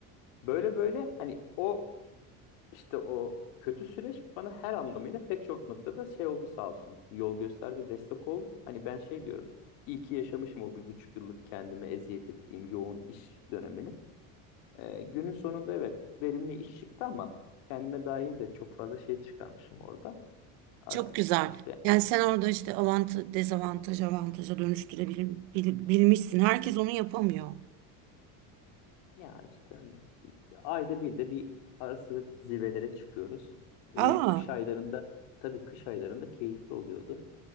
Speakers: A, on the left; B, on the right.
A: Böyle böyle hani o işte o kötü süreç bana her anlamıyla pek çok noktada şey oldu sağ olsun. Yol gösterdi, destek oldu. Hani ben şey diyorum. İyi ki yaşamışım o bir buçuk yıllık kendime eziyet ettiğim yoğun iş dönemini. Ee, günün sonunda evet verimli iş çıktı ama kendime dair de çok fazla şey çıkarmışım orada. Artık
B: Çok güzel.
A: işte
B: Yani sen orada işte avantaj, dezavantaj avantaja dönüştürebilmişsin. Herkes onu yapamıyor.
A: ya işte öyle. Ayda bir de bir ara sıra zirvelere çıkıyoruz. Ee,
B: Aa,
A: kış aylarında tabii kış aylarında keyifli oluyordu.